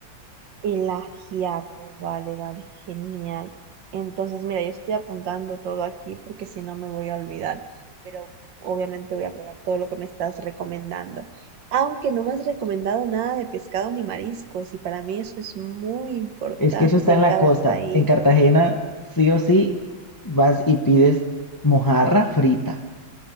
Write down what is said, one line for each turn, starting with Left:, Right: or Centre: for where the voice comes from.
Right: El ajiaco, vale, vale, genial. Entonces, mira, yo estoy apuntando todo aquí porque si no me voy a olvidar, pero obviamente voy a probar todo lo que me estás recomendando. Aunque no me has recomendado nada de pescado ni mariscos, y para mí eso es muy importante
Left: Es que eso está
Right: en
Left: en
Right: cada
Left: la costa.
Right: país.
Left: En Cartagena, sí o sí, vas y pides mojarra frita.